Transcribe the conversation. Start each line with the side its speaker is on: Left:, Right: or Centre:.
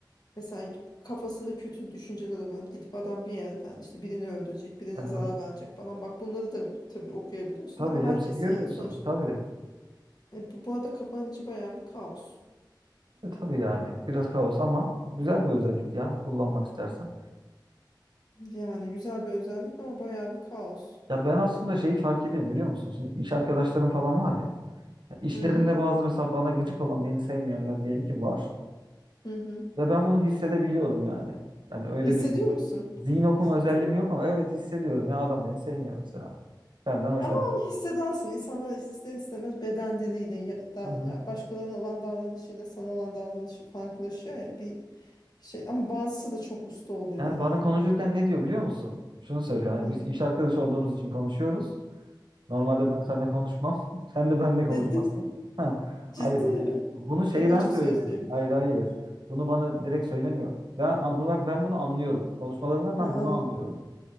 Left: Mesela kafasında kötü düşünceler olan gidip adam bir yerden işte birini öldürecek, birine
Right: Aha.
Left: zarar verecek falan. Bak bunları da tabii okuyabiliyorsun
Right: Tabii
Left: değil mi?
Right: hepsini
Left: Herkesi
Right: görüyorsun.
Left: yani sonuç.
Right: Tabii.
Left: Hani bu, bu arada kafanın içi bayağı bir kaos.
Right: E, tabii yani. Biraz kaos ama güzel bir özellik ya kullanmak istersen.
Left: Yani güzel bir özellik ama bayağı bir kaos.
Right: Ya ben aslında şeyi fark ediyorum biliyor musun? Şimdi iş arkadaşlarım falan var ya. Ya İşlerinde
Left: Hı hı,
Right: bazı mesela bana gıcık olan, beni sevmeyenler diyelim ki var.
Left: hı hı.
Right: Ve ben bunu hissedebiliyorum yani. Ben öyle
Left: Hissediyor
Right: bir zi-
Left: musun?
Right: zihin okuma
Left: Ciddi.
Right: özelliğim yok ama evet hissediyorum ya adam beni sevmiyor mesela. Benden hoşlanmıyor.
Left: Ama onu hissedersin. İnsanlar ister istemez beden diliyle ya, da-
Right: Hı hı.
Left: ya başkalarına olan davranışıyla sana olan davranışı farklılaşıyor ya bir şey. Ama bazısı da çok usta oluyor
Right: Yani
Left: ya.
Right: bana konuşurken ne diyor biliyor musun? Şunu söylüyor hani
Left: Hı.
Right: biz iş arkadaşı olduğumuz için konuşuyoruz. Normalde ben seninle konuşmam. <laughs> Sen de benimle konuşmazsın.
Left: Dedi.
Right: Ha,
Left: Ciddi
Right: hayır.
Left: mi?
Right: Bunu şeyden
Left: Çok açık
Right: söylüyor.
Left: sözlüymüş.
Right: Hayır hayır. Bunu bana direkt söylemiyor. Ben, ben bunu anlıyorum. Konuşmalarından
Left: Ha
Right: ben
Left: anladım.
Right: bunu anlıyorum.